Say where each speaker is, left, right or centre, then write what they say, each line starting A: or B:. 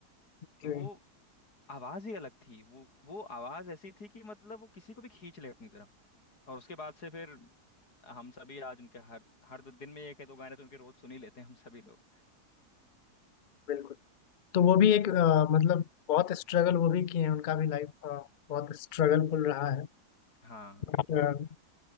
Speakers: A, on the left; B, on the left.
A: जी
B: तो वो आवाज ही अलग थी वो वो आवाज ऐसी थी कि मतलब वो किसी को भी खींच ले अपनी तरफ और उसके बाद से फिर हम सभी आज उनके हर हर दो दिन में एक है दो गाने तो उनके रोज सुन ही लेते हैं हम सभी लोग
A: बिल्कुल तो वो भी एक अ, मतलब बहुत स्ट्रगल वो भी किए हैं उनका भी लाइफ बहुत स्ट्रगलफुल रहा है
B: हाँ
A: बट अ,